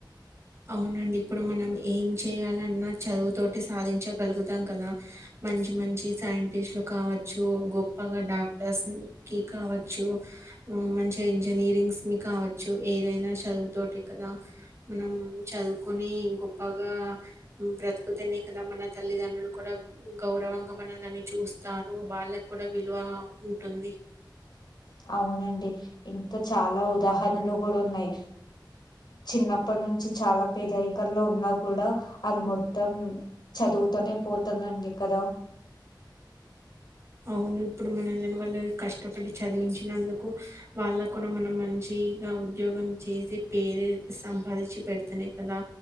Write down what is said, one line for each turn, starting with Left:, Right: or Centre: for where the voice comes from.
Right: అవునండి ఇప్పుడు మనం ఏం చేయాలన్నా చదువుతోటి సాధించగలుగుతాం కదా, మంచి మంచి సైంటిస్ట్లు కావచ్చు. డాక్టర్స్ని కి కావచ్చు. ఆ మంచిగ ఇంజనీరింగ్స్ ని కావచ్చు. ఏదైనా చదువుతోటి కదా, మనం హ్మ్ చదువుకొని గొప్పగా హ్మ్ బ్రతుకుతేనే కదా మన తల్లిదండ్రులు కూడా గౌరవంగా మనలని చూస్తారు. వాళ్ళక్కూడా విలువావ్ ఉంటుంది.
Left: ప్చ్ అవునండి ఇన్ చాలా ఉదాహరణలు కూడా ఉన్నాయి చిన్నప్పటి నుంచి చాలా పేదరికల్లో ఉన్నా కూడా అది మొత్తం చదువుతూనే పోతుందండి కదా
Right: అవును ఇప్పుడు మన వాళ్ళు కష్టపడి చదివించినందుకు వాళ్ళ కూడా మనం మంచిగా ఉద్యోగం చేసి పేరు సంపాదించి పెడుతనే కదా